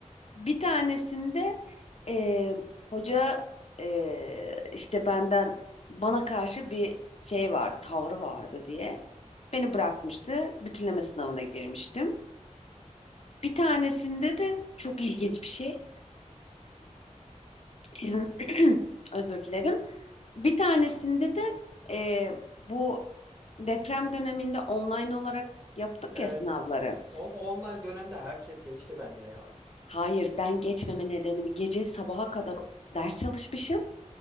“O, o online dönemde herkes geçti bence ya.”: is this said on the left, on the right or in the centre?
Right